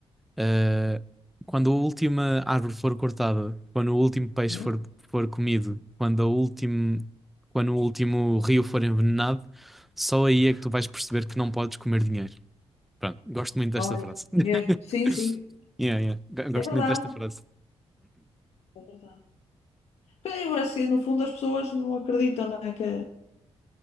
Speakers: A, in the centre; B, on the left (about 70°).
A: eh, quando a última árvore for cortada, quando o último peixe
B: Hã?
A: for, for comido, quando, a último, quando o último rio for envenenado, só aí é que tu vais perceber que não podes comer dinheiro. Pronto, gosto muito desta
B: Olha,
A: frase. <laughs>
B: mesmo. Sim, sim.
A: Yeah, yeah. Go- Gosto
B: É verdade.
A: muito desta frase.
B: É verdade. Pois é, Eu acho que no fundo as pessoas não acreditam, não é? Que